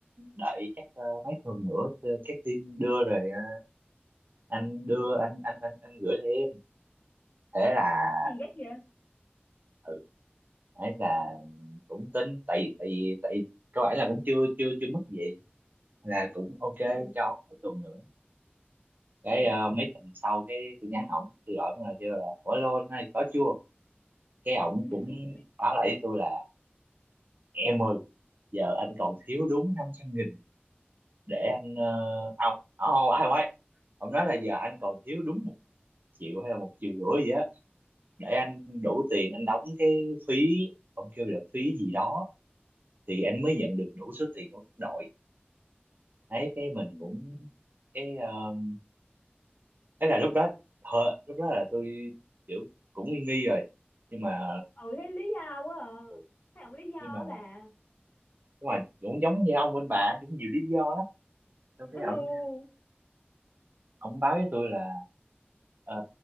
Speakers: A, on the right (about 50°); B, on the left (about 50°).
A: đợi chắc ờ, mấy tuần nữa ờ, các team đưa rồi ờ, anh đưa anh anh anh anh gửi cho em thế là
B: Gì dắt vậy?
A: ừ ấy là cũng tính tại tại vì tại vì cơ bản là cũng chưa chưa chưa mất gì là cũng ok
B: Ừ,
A: cho mấy tuần nữa cái
B: ừ.
A: ờ, mấy tuần sau cái tôi nhắn ổng tôi gọi ổng là kêu là ủa lô này có chưa cái ổng
B: <laughs>
A: cũng báo lại với tôi là em ơi giờ anh còn thiếu đúng năm trăm nghìn để anh uh, ông oh, ai ấy ông nói là giờ anh còn thiếu đúng một triệu hay là một triệu rưỡi gì á để anh đủ tiền anh đóng cái phí ông kêu là phí gì đó thì anh mới nhận được đủ số tiền của đội ấy cái mình
B: Ừ,
A: cũng cái uh, thế là lúc đó hờ, lúc đó là tôi kiểu cũng nghi nghi rồi nhưng mà
B: Ừ, thấy lý do quá à.
A: ừ,
B: Thấy ổng lý do
A: nhưng
B: á
A: mà
B: bà.
A: nhưng mà cũng giống như ông bên bà cũng nhiều lý do lắm xong
B: <laughs> Ừ,
A: cái ông ông báo với tôi là ờ,